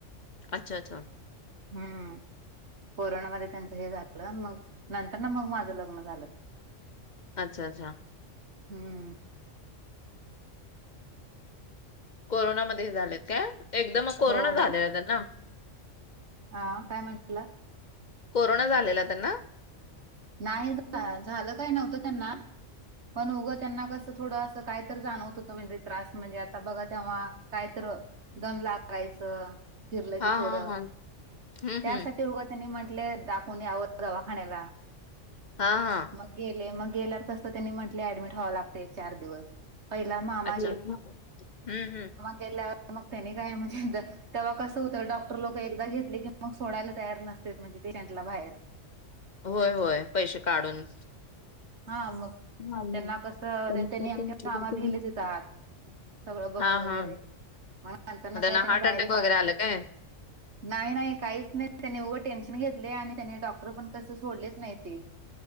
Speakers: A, on the left (about 40°); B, on the right (about 60°).
A: अच्छा, अच्छा
B: हम्म कोरोनामध्ये त्यांच हे झालं मग नंतर ना मग मा झ लग्न झालं
A: अच्छा, अच्छा
B: हम्म
A: कोरोनामध्ये हे झालेत काय? एकदम मग कोरोना
B: हो
A: झालेलां
B: हो
A: त्यांना?
B: हा काय म्हटलं
A: कोरोना झालेला त्यांना?
B: नाही काय झाल काय नव्हतं त्यांना पण उगं त्यांना कसं थोड असं काय तर जाणवत होतं म्हणजे त्रास म्हणजे आता बघा तेव्हा काय तर दम लागायचं, फिरलं
A: हां,
B: की थोडं
A: हां, हां. हं,
B: त्यासाठी
A: हं.
B: उगा त्यांनी म्हंटले दाखवून यावं दवाखान्याला.
A: हा हा.
B: मग गेले मग गेल्यावर कसं त्यांनी म्हटले ऍडमिट व्हावं लागतय एक चार दिवस पहिला मामा
A: अच्छा अ‍ॅडमिट केलं.. हम्म हम्म.
B: केल्यावर मग त्यानी काय म्हंजे य तेव्हा कसं होतं डॉक्टर लोक एकदा घेतले की मग सोडायला तयार नस्त्यात म्हणजे पेशंटला बाहेर
A: होय होय पैसे काढून
B: हा मग
A: हां.
B: त्यांना कसं
A: त्यांना
B: त्यांनी
A: कसं
B: आमच्या
A: रिलेटेड
B: मामा गेले
A: नसतं.
B: तिथं आत सगळं बघून
A: हां,
B: वगैरे
A: हां.
B: मग नंतर काही
A: त्यांना
B: त्यांनी
A: हार्ट
B: बाहेरच
A: अटॅक वगैरे
B: आ
A: आलं काय?
B: नाही नाही काहीच नाही त्यांनी उगं टेन्शन घेतले आणि त्यांनी डॉक्टर पण कसं सोडलेच नाही ते.